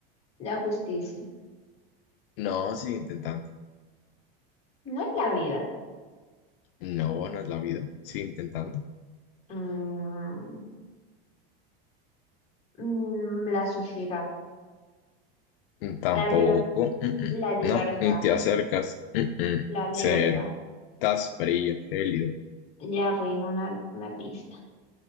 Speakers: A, on the left; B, on the left.
A: La justicia.
B: No, sigue intentando.
A: No es la vida.
B: No, no es la vida. Sigue intentando.
A: Mm, Mm, la sociedad,
B: Mm, Tampoco.
A: la liber-
B: Mm, mm.
A: la libertad,
B: No, ni te acercas. Mm, mm.
A: la libertad.
B: Cero. Estás frío, gélido.
A: Ya, bueno, una, una pista.